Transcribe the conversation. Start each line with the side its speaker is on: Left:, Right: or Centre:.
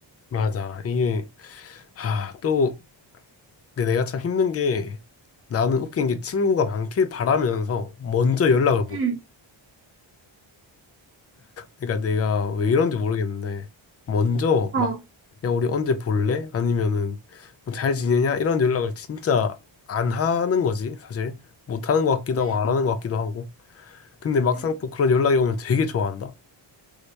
Left: 맞아. 이게 아, 또 근데 내가 참 힘든 게 나는 웃긴 게 친구가 많길 바라면서 먼저 연락을 못
Right: 응.
Left: 해. 그러니까 내가 왜 이런지 모르겠는데 먼저
Right: 어.
Left: 막 야 우리 언제 볼래? 아니면은 뭐잘 지내냐? 이런 연락을 진짜 안 하는 거지 사실 못 하는 것 같기도
Right: 음,
Left: 하고 안 하는 것 같기도 하고 근데 막상
Right: 음.
Left: 또 그런 연락이 오면 되게 좋아한다.